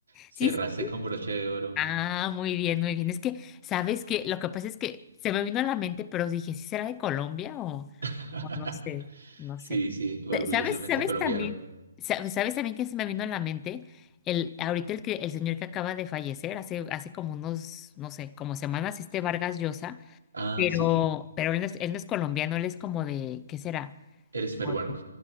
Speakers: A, on the right (about 85°); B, on the left (about 20°).
A: cerraste
B: Sí, sí.
A: con broche de oro.
B: Ah, muy bien, muy bien. Es que, ¿sabes qué? Lo que pasa es que se me vino a la mente, pero dije, ¿sí será de Colombia o,
A: <laughs>
B: o no sé? No
A: Sí,
B: sé.
A: sí, orgullosamente
B: Sa- ¿Sabes? ¿Sabes
A: colombiano.
B: también? sa- ¿Sabes también que se me vino a la mente? El, ahorita el que el señor que acaba de fallecer, hace, hace como unos, no sé, como semanas, este Vargas Llosa,
A: Ah,
B: pero,
A: sí,
B: pero él no es, él no es colombiano, él es como de, ¿qué será?
A: eres
B: Como
A: peruano,
B: de